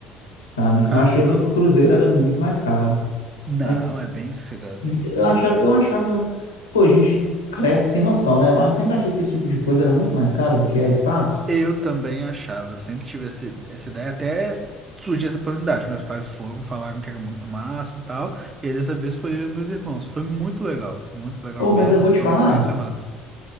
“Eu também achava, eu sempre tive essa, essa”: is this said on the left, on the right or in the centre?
Right